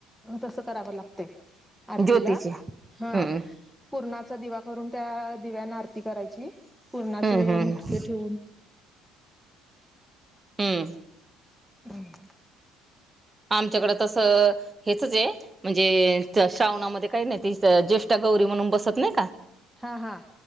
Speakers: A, in the centre; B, on the right (about 20°).
A: तसं करावं लागतयं. आरतीला
B: ज्योतीचे हम्म
A: हा पूर्णा दिवा करून त्या दिव्याना आरती करायची पूरणाचे
B: हम्म हम्म
A: मुटके ठेवून.
B: हम्म.
A: हम.
B: आमच्याकडे तसं हेचच आहे म्हणजे श्रावणामध्ये काही नाही ज्येष्ठ गौ गौरी म्हणून बसत नाही का
A: हा हा